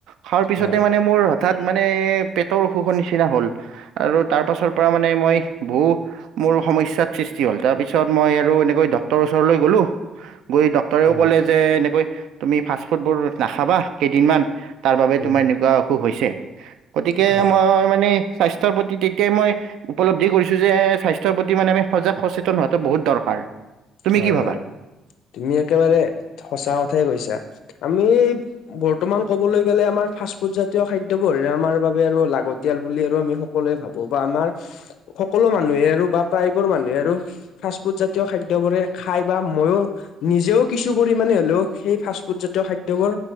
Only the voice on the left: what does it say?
হয়
উম
উম
হয়
হয়,
হয় তুমি একেবাৰে সঁচা কথাই কৈছা আমি বৰ্তমান ক'বলৈ গ'লে আমাৰ ফাষ্ট ফুড জাতীয় খাদ্যবোৰ আমাৰ বাবে আৰু লাগতিয়াল বুলি আৰু আমি সকলোৱে ভাবো বা আমাৰ সকলো মানুহে আৰু বা প্ৰায়বোৰ মানুহে আৰু ফাষ্টফুড জাতীয় খাদ্য খাদ্যবোৰে খাই বা ময়ো, নিজেও কিছু পৰিমাণে হ'লেও সেই ফাষ্ট ফুডজাতীয় খাদ্যবোৰ